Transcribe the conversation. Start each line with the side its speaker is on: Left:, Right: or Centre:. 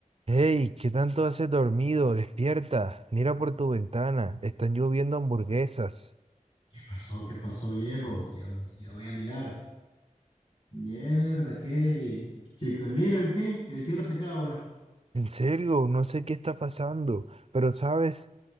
Right: Hey, ¿qué tanto haces dormido? Despierta, mira por tu ventana, están lloviendo hamburguesas.
Left: ¿Qué pasó? ¿Qué pasó, viejo? Ya, ya voy a mirar. Mierda, ¿qué? Chicken Little, ¿qué? El cielo se cae ahora.
Right: En serio, no sé qué está pasando, pero sabes,